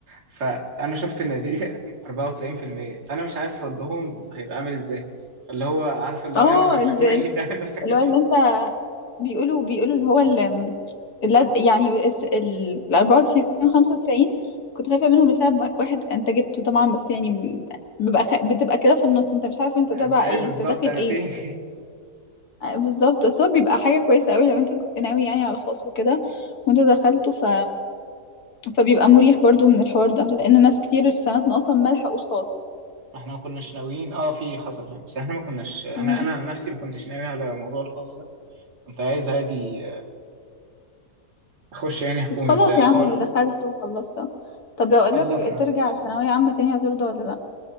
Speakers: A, on the right (about 85°); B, on the left (about 70°).
A: فانا شفت النتيجه <laughs> 94% فانا مش عارف ردهم هيبقى عامل ازاي فاللي هو عارفه اللي
B: آه
A: هو اعمل نفسك
B: ال
A: ميت <laughs> اعمل نفسك
B: اللي
A: ميت
B: هو اللي انت بيقولوا بيقولوا اللي هو ال- اللد يعني الس- ال ال 94 95 كنت خايفة منهم لسبب واحد انت جبته طبعا بس يعني م- ببقى خ... بتبقى كده في النص انت مش عارف انت
A: أبقى
B: تبع ايه
A: ايه بالظبط
B: انت داخل
A: انا فين
B: ايه
A: <laughs>
B: آه، بالظبط بس هو بيبقى حاجة كويسة قوي لو انت ك- ناوي يعني على خاص وكده وانت دخلته ف... فبيبقى مريح برضو من الحوار ده لان ناس كتير في سنتنا اصلا ما لحقوش خاص
A: ما احنا ما كناش ناويين اه في حصل فاهم بس احنا ما كناش انا
B: مم.
A: انا عن نفسي ما كنتش ناوي على موضوع الخاص ده كنت عايز عادي اخش يعني حكومي
B: بس خلاص
A: بتاع
B: يا
A: حوار
B: عم دخلت وخلصت طب لو قالك
A: خلصنا
B: ترجع ثانوية عامة تاني هترضى ولا لا